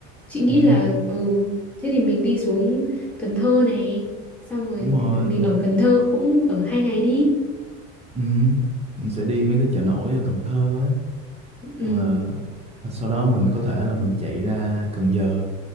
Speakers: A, in the centre; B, on the right (about 15°).
A: Chị nghĩ
B: ừ
A: là ừ, thế thì mình đi xuống Cần Thơ này, xong rồi
B: đúng rồi
A: mình ở Cần Thơ cũng ở hai ngày đi.
B: ừ mình sẽ đi mấy cái chợ nổi ở Cần Thơ á
A: Ừ,
B: hoặc là hoặc sau đó mình có thể là mình chạy ra Cần Giờ